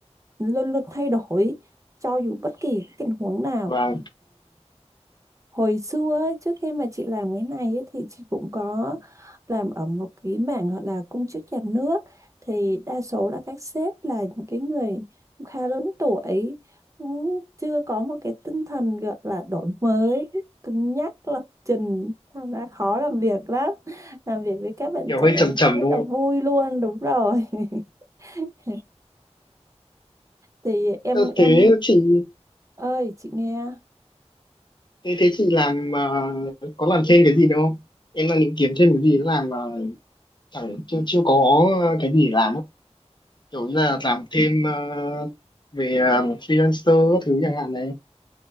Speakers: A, on the right; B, on the left.
A: luôn luôn thay đổi cho dù bất kỳ cái tình huống nào
B: và
A: hồi xưa ấy, trước khi mà chị làm cái này ấy, thì chị cũng có làm ở một cái mảng gọi là công chức nhà nước thì đa số là các sếp là những cái người cũng khá lớn tuổi cũng chưa có một cái tinh thần gọi là đổi mới cứng nhắc lập trình thành ra khó làm việc lắm làm việc với các bạn
B: kiểu
A: trẻ
B: hơi trầm trầm
A: rất
B: đúng
A: là vui
B: không ạ?
A: luôn đúng rồi <laughs> thì em
B: Ờ,
A: em
B: Thế chị
A: ơi chị nghe
B: thế thế chị làm ờ, có làm thêm cái gì nữa không? Em đang định kiếm thêm cái gì để làm mà chẳng chưa chưa có ờ, cái gì để làm á. Kiểu như là làm thêm ờ, về ờ, freelancer các thứ chẳng hạn này